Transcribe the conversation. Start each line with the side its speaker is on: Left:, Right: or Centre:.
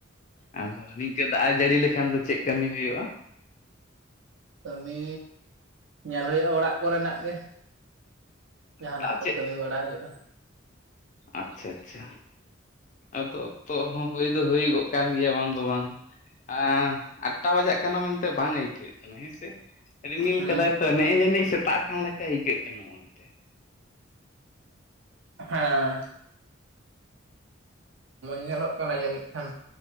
Left: ᱟᱫᱚ ᱱᱤᱝᱠᱟᱹ ᱫᱟᱜ ᱮ ᱡᱟᱹᱲᱤ ᱞᱮᱠᱷᱟᱱ ᱫᱚ ᱪᱮᱫ ᱠᱟᱹᱢᱤ ᱦᱩᱭᱩᱜᱼᱟ
Right: ᱠᱟᱹᱢᱤ ᱧᱮᱞ ᱦᱩᱭᱩᱜᱼᱟ ᱚᱲᱟᱜ ᱠᱚᱨᱮᱱᱟᱜ ᱜᱮ ᱡᱟᱦᱟᱱᱟᱜ
Left: ᱛᱟ
Right: ᱠᱚ ᱠᱟᱹᱢᱤ ᱵᱟᱲᱟ ᱦᱩᱭᱩᱜᱼᱟ
Left: ᱟᱪᱷᱟ ᱟᱪᱷᱟ ᱟᱫᱚ ᱚᱠᱛᱚ ᱦᱚᱸ ᱦᱩᱭ ᱫᱚ ᱦᱩᱭᱩᱜᱚᱜ ᱠᱟᱱ ᱜᱮᱭᱟ ᱵᱟᱝ ᱫᱚ ᱵᱟᱝ ᱟ ᱟᱴᱴᱟ ᱵᱟᱡᱟᱜ ᱠᱟᱱᱟ ᱢᱮᱱᱛᱮ ᱵᱟᱝ ᱟᱹᱭᱠᱟᱹᱜᱣᱟᱹᱜ ᱠᱟᱱᱟ ᱦᱮᱸᱥᱮ ᱨᱤᱢᱤᱞ
Right: ᱦᱩᱸ
Left: ᱠᱟᱫᱟᱭ ᱛᱚ ᱱᱮᱜ-ᱮ ᱡᱟᱹᱱᱤᱡ ᱥᱮᱛᱟᱜ ᱟᱠᱟᱱ ᱞᱮᱠᱟ ᱟᱹᱭᱠᱟᱹᱜ ᱠᱟᱱᱟ ᱢᱚᱱᱮᱛᱮ
Right: ᱦᱮᱸ ᱧᱮᱞᱚᱜ ᱠᱟᱱᱟ ᱡᱟᱹᱱᱤᱡ ᱠᱷᱟᱱ